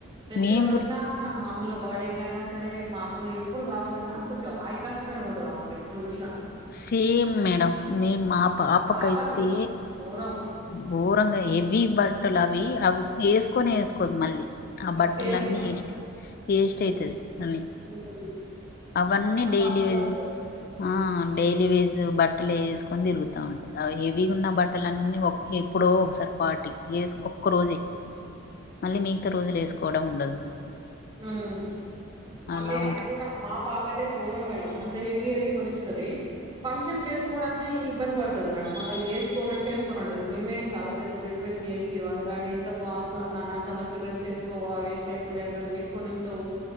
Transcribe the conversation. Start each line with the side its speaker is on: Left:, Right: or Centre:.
Right: ఫెస్టివల్
Left: మేము
Right: వచ్చినా
Left: కూడా
Right: మామూలుగా బాడీకైన సరే మాములుగా ఎప్పుడు కావాలన్నా కొంచెం హై కాస్ట్ గానే ఉంటది ఆమెకి ఎప్పుడు చూసినా
Left: సేమ్ మేడం మేం మా పాపకైతే
Right: పాపకి ఘోరం
Left: ఘోరంగా హేవీ బట్టలు అవి అవి వేసుకొనే వేసుకోదు మళ్ళీ ఆ బట్టలన్నీ
Right: సేమ్ మేడం
Left: ఏస్ ఏస్ట్
Right: హ్మ్
Left: అయితది అన్ని
Right: హ్మ్
Left: అవన్నీ
Right: మా
Left: డైలీ
Right: పాప కూడా
Left: వెజ్
Right: అంతే
Left: ఆ డైలీ వెజ్ బట్ట బట్టలు వేసుకొని తిరుగుతూ ఉంటుంది హెవీ ఉన్న బట్టల అన్నీ ఎప్పుడో ఒకసారి పాటికి వేసు ఒక్క రోజే మళ్ళీ మిగతా రోజులు వేస్కో కూడా ఉండదు
Right: ఉమ్ అన్ని
Left: అలా
Right: అది
Left: ఉంటది
Right: కూడా మా పాప అయితే ఘోరం మేడం అంత హెవీ హెవీ కొనిస్తుంది ఫంక్షన్ క వేసుకోవడానికి ఇబ్బంది పడుతుంది మేడం మళ్ళీ పాపాయితే ఫోరం మేడమ్ అంత హెవీ హెవీ కొనిస్తాది ఫంక్షన్ కి వేసుకోవడానికి ఇబ్బంది పడతాడు మేడమ్ మల్లా వేసుకోని అంటే వేసుకోని ఉంటది మేమే చాలాసేపు రిక్వెస్ట్ చేసి వాదిలాడి ఇంత బాగుందో అ అన్న అంత మంచి డ్రెస్ వేసుకోవా వేస్ట్ అయిపోతా అ కొనిస్తావు